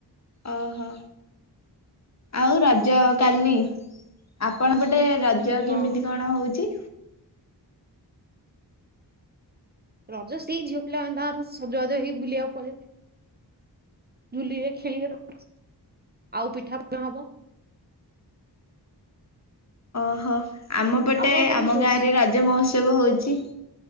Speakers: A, on the left (about 40°); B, on the right (about 25°).
A: ଓହୋ ଆଉ ରଜ କାଲି ଆପଣ ପଟେ ରାଜ
B: ହଁ
A: କେମିତି କଣ ହଉଛି?
B: ରଜ ସେଇ ଝିଅ ପିଲାମାନେ ତାଙ୍କର ସଜବାଜ ହେଇ ବୁଲିବାକୁ ପଳେଇବେ ବଝୁଲେ ଖେଳିବେ ଆଉ ପିଠାପଣା ହବ।
A: ଓହୋ ଆମ ପଟେ
B: ଆପଣଙ୍କର
A: ଆମ
B: କେମିତି
A: ଗାଁ
B: ହଉଛି
A: ରେ ରଜ ମହୋତ୍ସବ ହଉଛି।